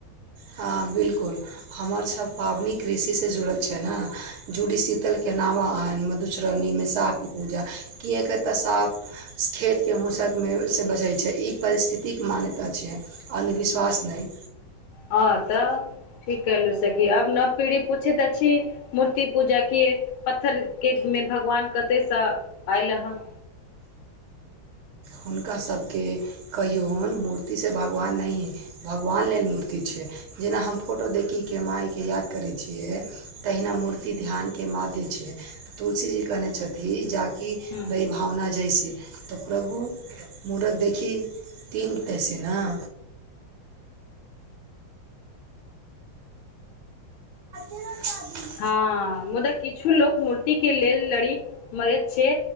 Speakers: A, on the right; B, on the left.
A: हँ बिलकुल हमर सभ पाबनि कृषिसँ जुड़ल छै नऽ जूडीशीतल केँ नावाआइन म मधुश्रावनीमे साँपकेँ पूजा किया केँ तऽ साँप खेत केँ मुसक मे से बचै छै ई परिस्थितिक मान्यता छियै अन्धविश्वास नैय
B: हँ तऽ ठीक कहलु सखी आब नव पीढ़ी पूछैत अछि मूर्ति पूजा किएक पत्थर केँ मे भगवान कतेयसँ आयल हँ
A: हुनका सभ केँ कहियौन मूर्तिसँ भगवान नहि भगवान लेल मूर्ति छै जेना हम फोटो देखिकेँ माय केँ याद करै छियै तहिना मूर्ति ध्यान केँ माध्य छियै तुलसी जी कहने छथि जाकि
B: ह
A: रहि भावना जैसे तऽ प्रभु मूरत देखी तीन तै से नऽ <inaudible>
B: हँ मुदा किछु लोक मूर्ति केँ लेल लड़ी मरैत छै